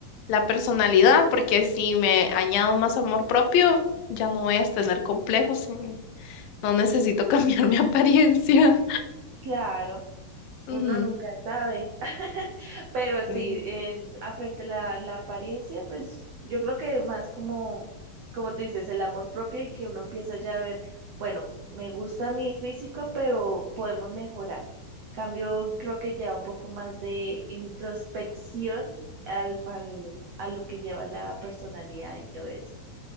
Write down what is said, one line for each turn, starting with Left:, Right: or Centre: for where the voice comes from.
Left: La personalidad, porque si me añado más amor propio, ya no voy a tener complejos y no necesito <laughs> cambiar mi apariencia.
Right: Claro, uno
Left: Ujú.
Right: nunca sabe, <laughs> pero sí,
Left: Mm,
Right: en, a frente a la, la apariencia, pues yo creo que más como, como tú dices, el amor propio y que uno empieza ya a ver, bueno, me gusta mi físico, pero podemos mejorar. Cambio, creo que lleva un poco más de introspección al, al- a lo que lleva la personalidad y todo eso.